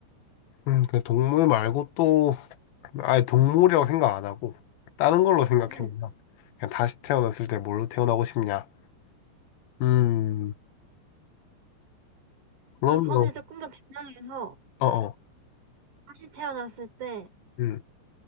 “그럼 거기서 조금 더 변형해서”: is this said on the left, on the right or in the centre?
Right